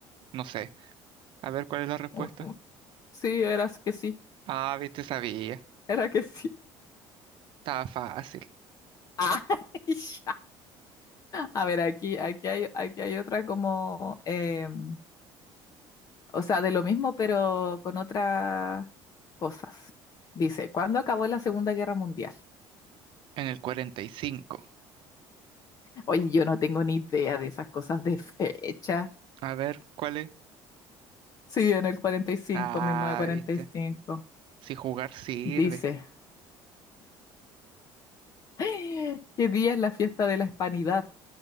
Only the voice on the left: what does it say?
Un- un- Sí, eras que sí,
era que sí.
<laughs> Ah, ya. A ver, aquí, aquí hay, aquí hay otra como, em, o sea, de lo mismo, pero con otras cosas. Dice, ¿cuándo acabó la Segunda Guerra Mundial?
Oye, yo no tengo ni idea de esas cosas de fecha.
Sí, en el cuarenta cuarenta y cinco,
mil novecientos cuarenta
y cinco.
Dice, <gasps> ¿qué día es la fiesta de la Hispanidad?